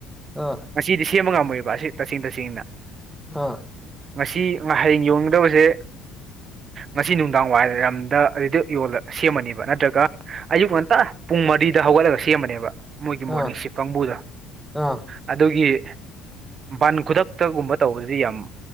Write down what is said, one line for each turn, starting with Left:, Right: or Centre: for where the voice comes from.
Centre: ꯑꯥ
Right: ꯉꯁꯤꯗꯤ ꯁꯦꯝꯕ ꯉꯝꯕ ꯃꯣꯏꯕ ꯑꯁꯤ ꯇꯁꯦꯡ ꯇꯁꯦꯡꯅ
Centre: ꯑꯥ
Right: ꯉꯁꯤ ꯍꯌꯦꯡ ꯌꯣꯟꯒꯗꯕꯁꯦ ꯉꯁꯤ ꯅꯨꯡꯗꯥꯡ ꯋꯥꯏꯔꯝꯗ ꯑꯗꯨꯏꯗ ꯌꯣꯂ ꯁꯦꯝꯃꯅꯦꯕ ꯅꯠꯇ꯭ꯔꯒ ꯑꯌꯨꯛ ꯉꯟꯇꯥ ꯄꯨꯡ ꯃꯔꯤꯗ ꯍꯧꯒꯠꯂꯒ ꯁꯦꯝꯕꯅꯦꯕ ꯃꯣꯏꯒꯤ ꯃꯣꯔꯅꯤꯡ
Centre: ꯑꯥ
Right: ꯁꯤꯞ ꯀꯥꯡꯕꯨꯗ
Centre: ꯑꯥ
Right: ꯑꯗꯨꯒꯤ ꯕꯥꯕꯟ ꯈꯨꯗꯛ ꯍꯇꯒꯨꯝꯕ ꯇꯧꯕꯗꯨꯗꯤ ꯌꯥꯝ